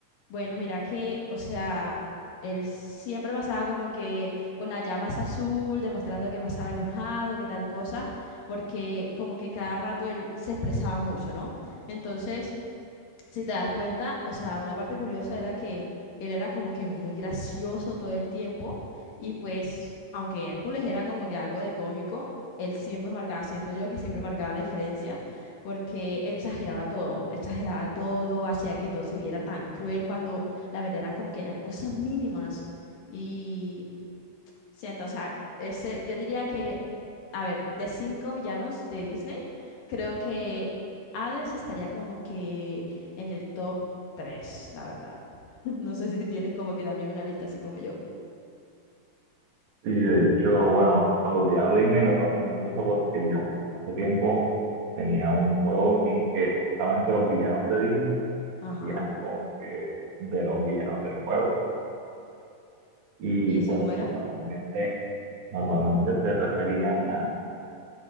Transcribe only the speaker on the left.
Bueno, mira que, o sea, él siempre pasaba como que con la llama es azul, demostrando que pasaba enojado, que tal cosa, porque como que cada rato él se expresaba mucho, ¿no? Entonces, si te das cuenta, o sea, una parte curiosa era que él era como que muy gracioso todo el tiempo y pues, aunque Hércules era como que algo de cómico, él siempre marcaba, siento yo que siempre marcaba la diferencia porque exageraba todo, exageraba todo, hacía que todo se viera tan cruel cuando la verdad eran como que eran cosas mínimas y siento, o sea, ese, yo diría que, a ver, de cinco villanos de Disney, creo que Hades estaría como que en el top 3, la verdad. <laughs> No sé si tienes como que también una lista así como yo.
Ajá.
¿Y eso
cómo era?